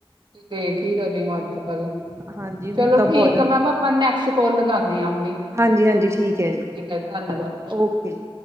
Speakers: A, on the right; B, on the right.
A: ਤੁ। ਦੇਖ। ਹੀ। ਰਹੇ। ਹੋ। ਅੱਜ। ਕੱਲ।
B: ਹਾਂਜੀ ਹੁਣ
A: ਚਲੋ।
B: ਤਾਂ ਬਹੁਤ
A: ਠੀਕ।
B: ਜ਼ਿਆਦਾ
A: ਆ। ਮੈਮ। ਆਪਾਂ। ਨੈਕਸਟ। ਕੋਲ। ਲਗਾਉਂਦੇ। ਹਾਂ। ਹੁਣੇ।
B: ਹਾਂਜੀ-ਹਾਂਜੀ। ਠੀਕ। ਹੈ। ਜੀ।
A: ਠੀਕ ਧੰਨਵਾਦ
B: ਓਕੇ। ਜੀ।